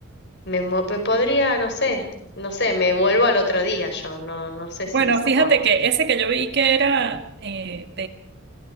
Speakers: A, on the left; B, on the right.
A: Me, mo- me podría, no sé, no sé, me vuelvo al otro día yo, no, no sé
B: Bueno,
A: si soporto.
B: fíjate que ese que yo vi que era eh,